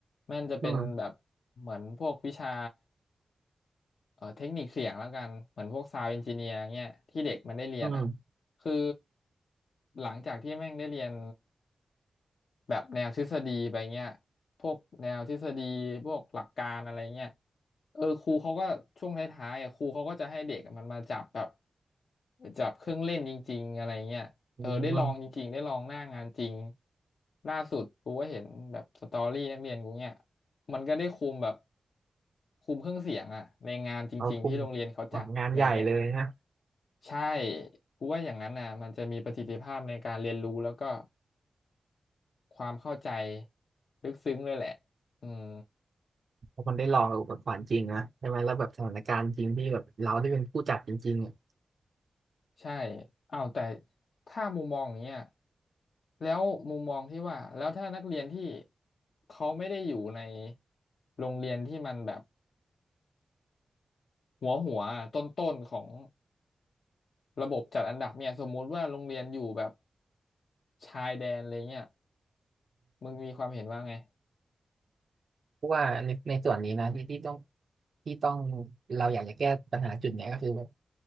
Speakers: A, on the left (about 75°); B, on the right (about 65°).
A: มันจะเป็นแบบเหมือนพวกวิชา
B: อืม
A: เอ่อเทคนิคเสียงแล้วกันเหมือนพวกซาว n d เอนจิเนียร์เงี้ยที่เด็กมันได้เรียนอ่ะ
B: อืม
A: คือหลังจากที่แม่งได้เรียน แบบแนวทฤษฎีไปเงี้ยพวกแนวทฤษฎีพวกหลักการอะไรเงี้ยเออครูเขาก็ช่วงท้ายๆอะครูเขาก็จะให้เด็กมันมาจับแบบจับเครื่องเล่นจริงๆอะไรเงี้ยเออได้ลองจริงๆได้ลองหน้างานจริง
B: อืม
A: ล่าสุดกูก็เห็นแบบสตอรี่นักเรียนกูเนี่ยมันก็ได้คุมแบบคุมเครื่องเสียงอะในงานจริงๆที่โรงเรียนเขาจัดอะไรเงี้ย
B: เขาคุมแบบงานใหญ่เลยนะ
A: ใช่กูว่าอย่างนั้นนะมันจะมีประสิทธิภาพในการเรียนรู้แล้วก็ ความเข้าใจลึกซึ้งเลยแหละ อืม
B: เพราะมันได้ลองกับอุปกรณ์จริงนะใช่ไหมแล้วแบบสถานการณ์จริงที่แบบเราได้เป็นผู้จัดจริงๆอะ
A: ใช่อ้าวแต่ถ้ามุมมองอย่างเงี้ยแล้วมุมมองที่ว่า แล้วถ้านักเรียนที่เขาไม่ได้อยู่ในโรงเรียนที่มันแบบหัวหัวต้นต้นๆของระบบจัดอันดับเนี่ยสมมุติว่าโรงเรียนอยู่แบบชายแดนอะไรเงี้ยมึงมีความเห็นว่าไง
B: เพราะว่าในในส่วนนี้นะที่ที่ต้องที่ต้องเราอยากจะแก้ปัญหาจุดเนี้ยก็คือแบบ